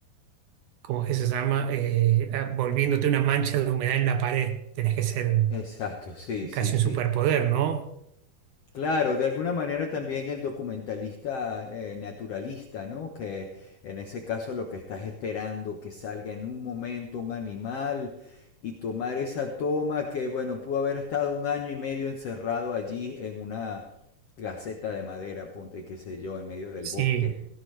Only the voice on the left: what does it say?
Exacto, sí, sí,
sí.
Claro, de alguna manera también el documentalista eh, naturalista, ¿no? Que en ese caso lo que estás esperando que salga en un momento un animal y tomar esa toma que, bueno, pudo haber estado un año y medio encerrado allí en una caseta de madera, ponte qué sé yo, en medio del
bosque.